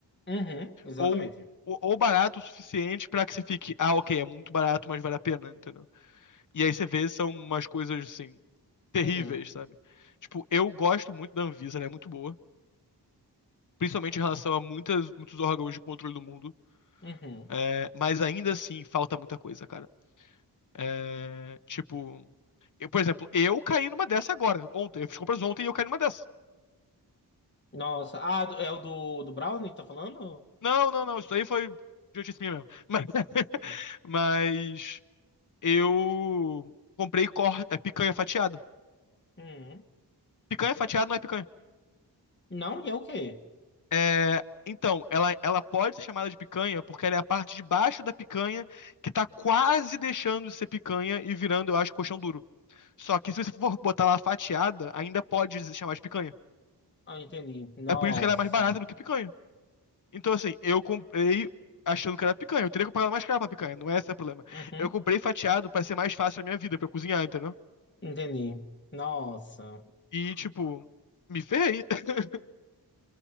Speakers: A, on the left; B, on the left.
A: Uhum, exatamente.
B: Ou, ou, ou barato o suficiente pra que você fique, ah, ok, é muito barato, mas vale a pena, entendeu? E aí você vê, são umas coisas, assim, terríveis,
A: Uhum,
B: sabe? Tipo, eu gosto muito da Anvisa, ela é muito boa. Principalmente em relação a muitas, muitos órgãos de controle do mundo.
A: uhum.
B: É, mas ainda assim, falta muita coisa, cara. É, tipo, eu, por exemplo, eu caí numa dessa agora, ontem. Eu fiz compras ontem e eu caí numa dessa.
A: Nossa, ah, do- é o do, do Brownie, tá falando?
B: Não, não, não, isso aí foi idiotice minha mesmo. Mas, <laughs>
A: Não.
B: mas eu comprei cor, é, picanha fatiada.
A: Uhum.
B: Picanha fatiada não é picanha.
A: Não, e é o quê?
B: É, então, ela, ela pode ser chamada de picanha porque ela é a parte de baixo da picanha que tá quase deixando de ser picanha e virando, eu acho, colchão duro. Só que se você for botar ela fatiada, ainda pode se chamar de picanha.
A: Ah, entendi. Nossa.
B: É por isso que ela é mais barata do que picanha. Então, assim, eu comprei achando que era picanha. Eu teria que pagar mais caro pra picanha, não é esse o problema.
A: Uhum.
B: Eu comprei fatiado pra ser mais fácil a minha vida, pra eu cozinhar, entendeu?
A: Entendi. Nossa.
B: E, tipo, me ferrei. <laughs>